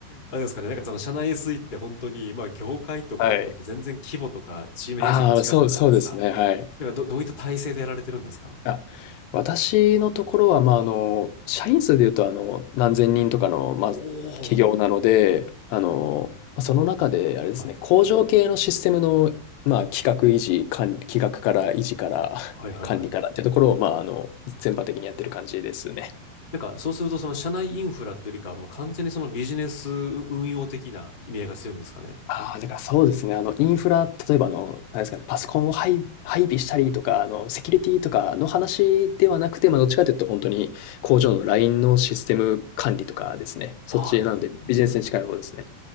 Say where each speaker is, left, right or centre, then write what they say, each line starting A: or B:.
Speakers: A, on the left; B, on the left.
A: あれですかね。なんかその社内 SE って本当に、まあ業界とかによって全然規模とかチーム編成が違うじゃないですか。
B: はい。ああ、そう、そうですね。はい。
A: なんかど、どういった体制でやられてるんですか
B: あ、私のところは、まあ、あの、社員数で言うと、あの、何千人とかの、まあ、
A: おおー。
B: 企業なので、あの、まあその中で、あれですね、
A: はい。
B: 工場系のシステムの、まあ、企画維持、管理、企画から維持から <laughs>
A: はいはいはい。
B: 管理からっていうところを、まあ、あの、全般的にやってる感じですね。
A: なんかそうするとその社内インフラというよりかはもう完全にそのビジネス運用的な意味合いが強いんですかね。
B: ああ、だからそうですね。あの、インフラ、例えばあの、なんですかね、パソコンを配配備したりとか、あの、セキュリティとかの話ではなくて、まあ、どっちかというと本当に工場のラインのシステム管理とかですね。そっちなので、
A: ああ、なるほどな。
B: ビジネスに近い方ですね。